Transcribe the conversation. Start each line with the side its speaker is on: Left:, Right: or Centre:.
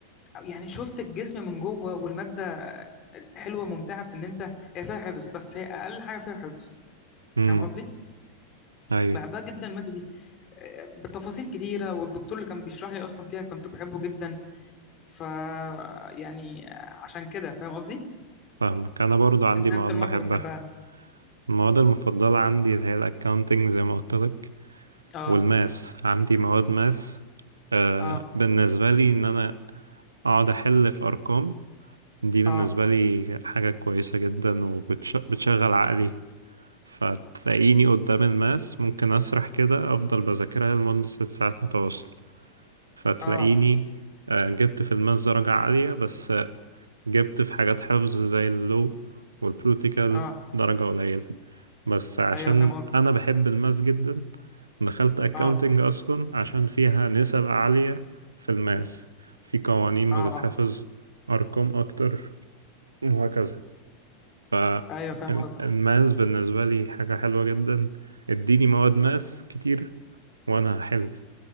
Left: يعني شفت الجسم من جوه والمادة حلوة ممتعة في إن أنت هي فيها حفظ بس هي أقل حاجة فيها حفظ
Right: امم
Left: فاهم قصدي؟
Right: ايوه
Left: بحبها جدا المادة دي آه، بتفاصيل كتيرة والدكتور اللي كان بيشرح لي أصلا فيها كنت بحبه جدا ف يعني عشان كده فاهم قصدي؟
Right: فاهمك انا برضو عندي
Left: أنت إيه
Right: مواد
Left: أكتر
Right: بحبها
Left: مادة بتحبها
Right: المواد المفضلة عندي اللي هي الأكاونتنج زي ما قلت لك
Left: آه
Right: والماس عندي مواد ماس آه
Left: آه
Right: بالنسبة لي إن أنا أقعد أحل في أرقام دي بالنسبة
Left: آه
Right: لي حاجة كويسة جدا وبتشغل عقلي فتلاقيني قدام الماس ممكن أسرح كده أفضل بذاكرها لمدة ست ساعات متواصلة فتلاقيني
Left: آه
Right: آه جبت في الماس درجة عالية بس جبت في حاجات حفظ زي اللو والبروتيكال
Left: آه
Right: درجة قليلة بس عشان
Left: أيوه فاهم قصدي
Right: أنا بحب الماس جدا دخلت أكاونتنج
Left: آه
Right: أصلا عشان فيها نسب عالية في الماس في قوانين
Left: آه
Right: بتتحفظ
Left: آه
Right: أرقام أكتر وهكذا فالماس
Left: أيوه فاهم قصدك
Right: بالنسبة لي حاجة حلوة جدا اديني مواد ماس كتير وأنا هحل